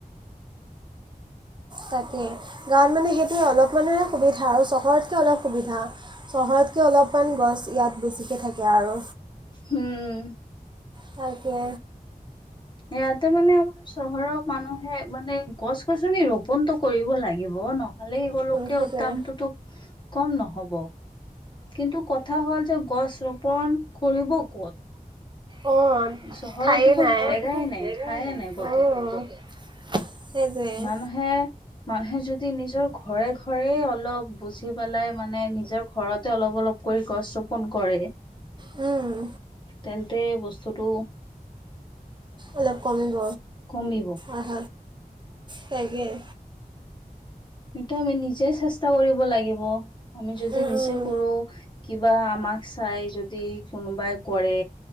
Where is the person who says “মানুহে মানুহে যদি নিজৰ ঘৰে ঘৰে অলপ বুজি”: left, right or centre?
Left